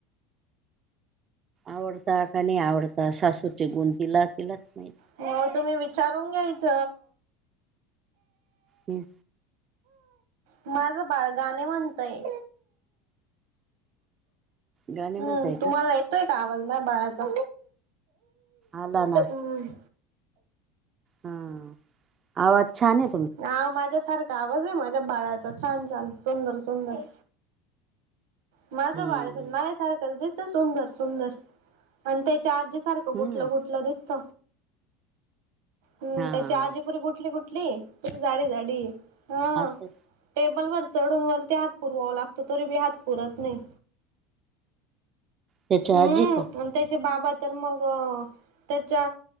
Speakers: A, on the right; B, on the right.
A: आवडता का नाही आवडता सासूचे गुणतीला तिलाच माहित.
B: म तुम्ही विचारून घ्यायच.
A: हं.
B: माझं बाळगाणे म्हणतय.
A: गाणे
B: हम्म.
A: म्हणताय
B: तुम्हाला
A: का
B: येतोय का आवाज माय बाळाचा?
A: आला ना
B: हम्.
A: हा आ. आवाज छान ये
B: हा माझ्यासारखा आवाज हाय माझ्या बाळाचा. छान -छान सुंदर -सुंदर. माझं
A: हम्म
B: बाळ हायतर माझ्यासारखं दिसत सुंदर - सुंदर. पण त्याच्या आजि सारखं गुटल
A: हम्म
B: गुटलं दिसत, त्याची
A: हा
B: आजीपुरी गुटली गुट ली, जाडी जाडी हन,
A: असं
B: टेबल वर चढून वरती हा पुरवाव लागतो, तरी बी हात पुरत नाही.
A: त्याच्या
B: हम्म.
A: आजी का
B: त्याचे बाबा तर मग अ त्याच्या